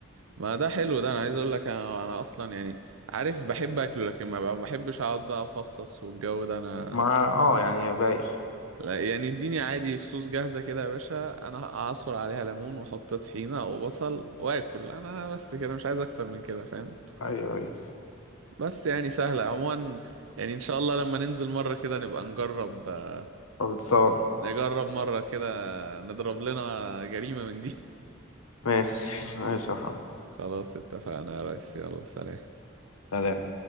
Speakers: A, on the right; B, on the left.
A: ما ده حلو ده انا عايز اقول لك انا انا اصلا يعني عارف بحب اكله لكن ما بقى- ما بحبش اقعد بقى افصص والجو ده انا
B: مع اه يعني بايخ
A: لا، يعني اديني عادي فصوص جاهزة كده يا باشا انا اعصر عليها ليمون واحط طحينة وبصل واكل انا بس كده مش عايز اكتر من كده فاهم
B: ايوه ايوه
A: بس يعني سهلة عموما يعني ان شاء الله لما ننزل مرة كده نبقى نجرب آه،
B: خلصانة
A: نجرب مرة كده نضرب لنا جريمة من دي <laughs>
B: ماشي ماشي يا محمد
A: خلاص اتفقنا يا ريس يلا سلام
B: سلام